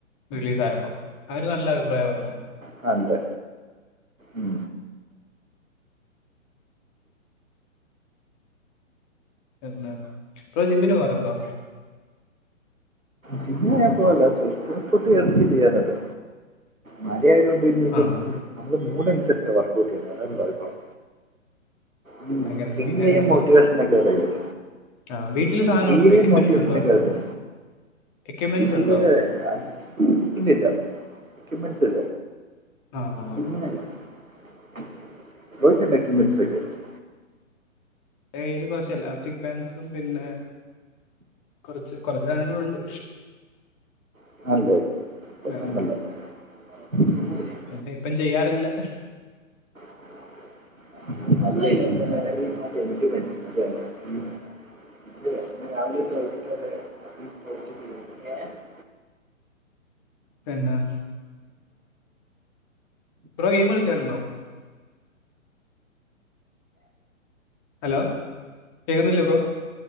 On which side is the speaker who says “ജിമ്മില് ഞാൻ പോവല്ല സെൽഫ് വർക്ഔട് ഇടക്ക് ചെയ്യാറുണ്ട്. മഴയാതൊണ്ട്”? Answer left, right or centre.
Right